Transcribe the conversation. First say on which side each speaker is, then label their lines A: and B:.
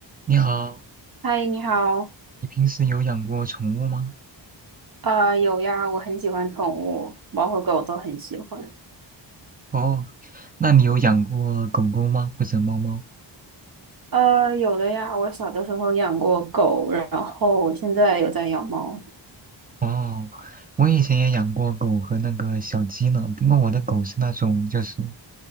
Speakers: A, on the right; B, on the right.
A: 你好，
B: 嗨，你好。
A: 你平时有养过宠物吗？
B: 啊，有呀，我很喜欢宠物，猫和狗都很喜欢。
A: 哦，那你有养过狗狗吗？或者猫猫？
B: 呃，有的呀，我小的时候养过狗，然后我现在有在养猫。
A: 哦，我以前也养过狗和那个小鸡呢，不过我的狗是那种就是，